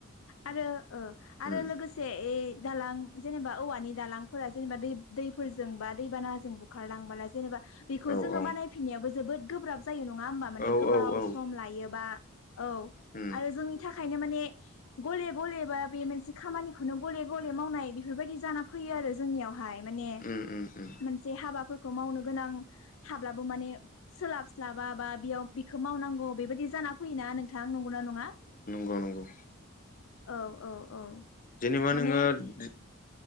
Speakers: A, on the left; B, on the left.
A: आरो ओ -
B: उम
A: आरो लोगोसे । ए दालां जेनेबा औवानि दालांफोरा जेनेबा दै दैफोरजों बा दैबानाजों बुखारलांबोला जेनेबा बेखौ
B: औ
A: जोङो
B: औ
A: बानायफिननायावबो जोबोद गोब्राब । जायो नङा होमबा माने
B: औ
A: गोबाव
B: औ औ
A: सम लायोबा। औ
B: उम
A: आरो खायनो माने गले गले बा बे मोनसे खामानिखौनो गले गले मावनाय बेफोरबायदि जाना फैयो आरो जोंनियाव हाय माने
B: उम उम उम
A: मोनसे हाबा फोरखौ मावनो गोनां थाब्लाबो माने सोलाबस्लाबा बा बेयाव बेखौ मावनांगौ बेबायदि जाना फैयोना नों थां नंगौना नङा?
B: गौ नंगौ।
A: औ औ औ।
B: जेनेबा
A: माने
B: नोङो दि